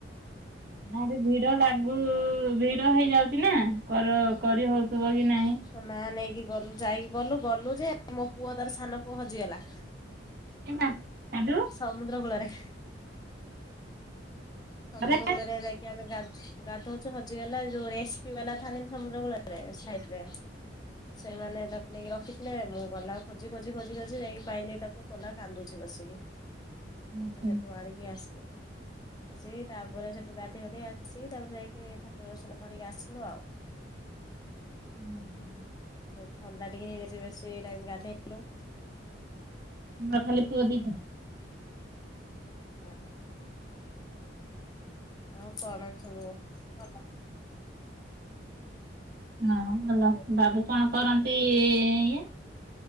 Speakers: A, on the right; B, on the left.
A: ନା ଏଠି ଭିଡ ଲାଗୁ
B: ଯାଇ
A: ଭିଡ ହେଇଯାଉଛି ନା କର
B: ହଁ
A: କରି ହଉଥିବ କି ନାହିଁ?
B: ନା ନେଇକି ଗଲୁ, ଯାଇକି ଗଲୁ ଗଲୁ ଯେ ମୋ ପୁଅ ତାର ସାନ ପୁଅ ହଜିଗଲା।
A: ଏ ମା। କାଟୁ
B: ସମୁଦ୍ର କୂଳରେ। ସମୁଦ୍ର
A: ଆରେ
B: କୂଳରେ ଯାଇକି ଆମେ ଗ ଗାଧଉଛୁ ହଜିଗଲା ଯୋଉ ରେ ରେସ୍କୁବାଲା ଥାଆନ୍ତିନି ସମୁଦ୍ର କୂଳରେ ସାଇଡରେ ସେମାନେ ତାକୁ ନେଇକି ରଖି ମୁଁ ଗଲା ଖୋଜି ଖୋଜି ଖୋଜି ଖୋଜି ଯାଇକି ପାଇଲି, ତାକୁ କଲା କାନ୍ଦୁଛି ବସିକି।
A: ଆମର
B: ତାକୁ ସେଠୁ ଆଣିକି ଆସିଲି, ଆସି ତାପରେ ସେଠୁ ଗାଧୋଇବାଧେଇ ଆସି ସେଇ ତା ପରେ ଯାଇକି ଠାକୁର ଦର୍ଶନ କରିକି ଆସିଲୁ ଆଉ
A: ହୁଁ ହୁଁ।
B: ସେ ଥଣ୍ଡା ଟିକେ ହେଇଯାଇଛି, ବେଶୀ ଟାଇମ ଗାଧେଇଲୁ।
A: ତମର ଖାଲି ପୁଅ ଦିଟା।
B: ହଁ। ଆଉ କଣ ସବୁ ଭଲ?
A: ହଁ
B: ବାବୁ
A: ଭଲ। ବାବୁ କଣ କରନ୍ତି ଇଏ?